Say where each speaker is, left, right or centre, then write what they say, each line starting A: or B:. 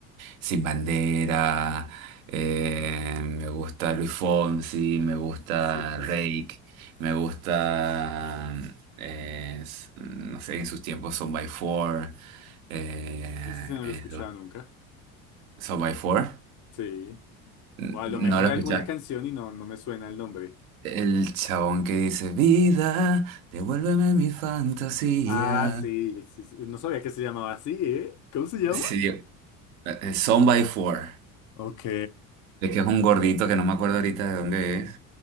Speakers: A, on the right (about 90°); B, on the left (about 50°).
A: Sin Bandera, eh, me gusta Luis Fonsi, me gusta
B: súper.
A: Reik, me gusta, eh, s- no sé, en sus tiempos Son by Four, eh,
B: Ese sí no lo
A: eh,
B: he escuchado
A: lo-
B: nunca.
A: Son by Four,
B: Sí.
A: N-
B: O a
A: no
B: lo mejor
A: lo
B: alguna
A: escuchas.
B: canción y no, no me suena el nombre.
A: El chabón que dice, vida, devuélveme mi fantasía.
B: Ah, sí, sí, sí. No sabía que se llamaba así, ¿eh? ¿Cómo se llama?
A: Sí, Eh, eh, Son by Four,
B: Ok.
A: de que es un gordito que no me acuerdo ahorita de dónde es,